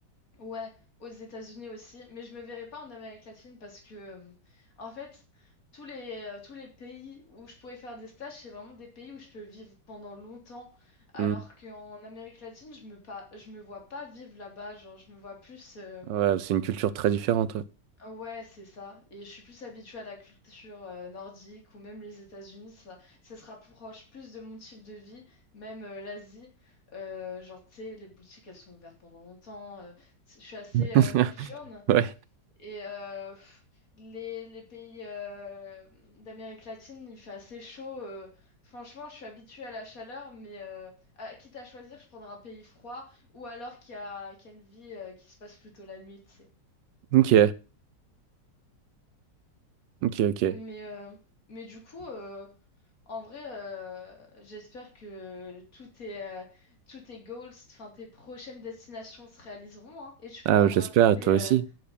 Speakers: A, on the left; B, on the right.
A: ouais, aux États-Unis aussi, mais je me verrais pas en Amérique latine parce que, euh, en fait, tous les, euh, tous les pays où je pourrais faire des stages, c'est vraiment des pays où je peux vivre pendant longtemps, alors
B: Hmm.
A: qu'en Amérique latine, je me pas, je me vois pas vivre là-bas, genre, je me vois plus. euh,
B: Ouais, c'est une culture très différente. Ouais.
A: Ouais, c'est ça. Et je suis plus habituée à la culture euh, nordique ou même les États-Unis. Ça, ça se rapproche plus de mon type de vie, même euh, l'Asie. Euh, genre, tu sais, les boutiques, elles sont ouvertes pendant longtemps. euh, je suis assez
B: <laughs>
A: euh, nocturne.
B: Ouais.
A: Et euh, pff, les, les pays euh, d'Amérique latine, il fait assez chaud. euh. franchement, je suis habituée à la chaleur, mais euh, à- quitte à choisir, je prendrais un pays froid ou alors qui a, qui a une vie euh, qui se passe plutôt la nuit, tu
B: Ok, ok, ok.
A: Mais, euh, mais du coup, euh, en vrai, euh, j'espère que tous tes, euh, tous tes goals, enfin tes prochaines destinations se réaliseront, hein, et tu
B: Ah,
A: pourras me
B: j'espère,
A: raconter,
B: toi
A: euh,
B: aussi.